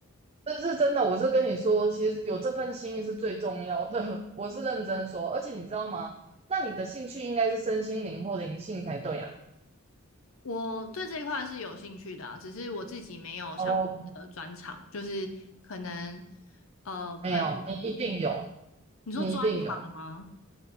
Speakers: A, on the right; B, on the left.
A: 这是真的。我是跟你说，其实有这份心是最重要的，<laughs> 我是认真说。而且你知道吗？那你的兴趣应该是身心灵或灵性才对啊。
B: 我对这一块是有兴趣的啊只是我自己没有相关的专长，
A: 哦，
B: 就是可能呃，朋，
A: 没有，你一定有，
B: 你说专长吗？
A: 你一定有。